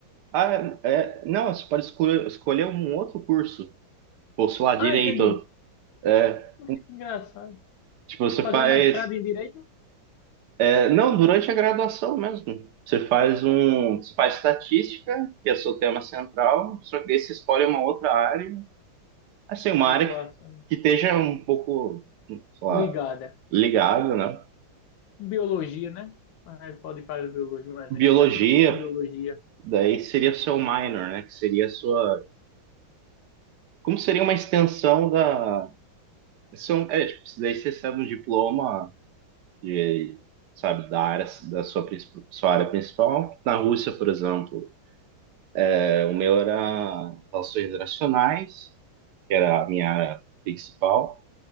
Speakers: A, on the right (about 70°); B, on the left (about 75°).
A: Ah, é, não, você pode escolher, escolher um outro curso. Ou, sei lá, direito.
B: Ah, entendi.
A: É,
B: Poxa, que engraçado.
A: tipo, você
B: Fazer
A: faz
B: um mestrado em direito?
A: É, Não, durante a graduação mesmo. Você faz um,
B: Poxa,
A: você faz estatística, que é o seu tema central, só que daí você escolhe uma outra área, assim, uma
B: de atuação
A: área que, que esteja um pouco, sei lá,
B: ligada.
A: ligada, né?
B: Biologia, né? Ah, pode fazer biologia, mas
A: Biologia,
B: é estatística com biologia.
A: daí seria o seu minor, né? Que seria a sua, como seria uma extensão da, são, é, tipo, daí você recebe um diploma de, sabe, da área, da sua, princip- sua área principal. Na Rússia, por exemplo, é, o meu era relações internacionais, que era a minha área principal.